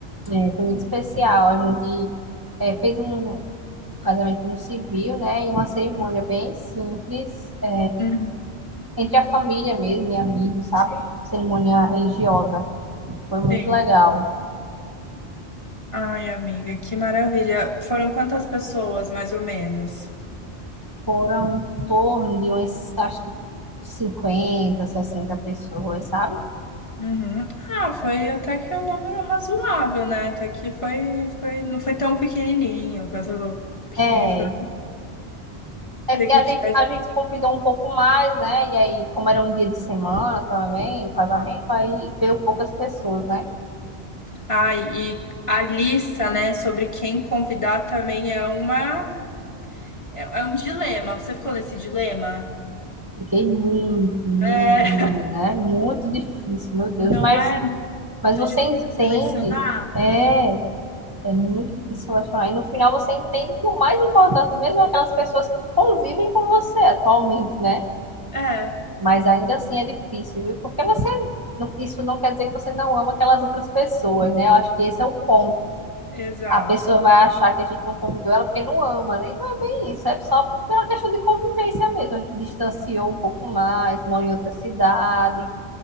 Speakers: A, on the right; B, on the left.
A: é, foi muito especial. A gente é, fez um, um casamento no civil, né? E uma cerimônia bem simples, é,
B: Uhum.
A: entre a família mesmo e amigos, sabe?
B: Sim,
A: Cerimônia religiosa. Foi muito
B: sim.
A: legal.
B: Ai, amiga, que maravilha. Foram quantas pessoas, mais ou menos?
A: Foram em torno de umas, acho que 50, 60 pessoas, sabe?
B: Uhum. Ah, foi até que um número razoável, né? Até que foi, foi, não foi tão pequenininho. Quando você falou pequenininho,
A: É,
B: foi
A: é porque
B: que
A: a
B: eu
A: gente,
B: tivesse.
A: a gente convidou um pouco mais, né? E aí, como era um dia de semana também, o casamento, aí veio poucas pessoas, né?
B: Ai, e a lista, né, sobre quem convidar também é uma, é, é um dilema. Você ficou nesse dilema?
A: Fiquei muito, muito,
B: É, <laughs>
A: menina. É muito difícil, meu Deus.
B: não
A: Mas
B: é muito
A: Mas você
B: difícil
A: entende,
B: selecionar?
A: é, é muito difícil relacionar. E no final você entende que o mais importante mesmo é aquelas pessoas que convivem com você atualmente, né?
B: É.
A: Mas ainda assim é difícil, viu? Porque você, não- isso não quer dizer que você não ama aquelas outras pessoas, né? Eu acho que esse é o ponto.
B: Exato.
A: A pessoa vai achar que a gente não convidou ela porque não ama, né? E não é bem isso, é só pela questão de convivência mesmo. A gente distanciou um pouco mais, mora em outra cidade,